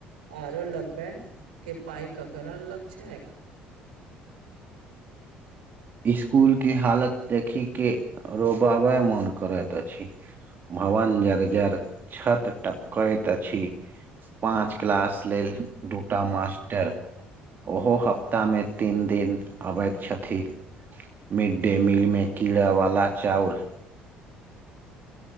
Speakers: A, on the right (about 80°); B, on the right (about 45°).
A: आरो लगबै। कि पाय ककरा अलग छैक
B: स्कूल के हालत देखी के रोबाबे मोन करैत अछि। भवन जर्जर छत टपकैत अछि। पाच क्लास लेल दूटा मास्टर। ओहो हफ्तामे तीन दिन अबैत छथि। मिडडे मीलमें कीड़ा वाला चाउर।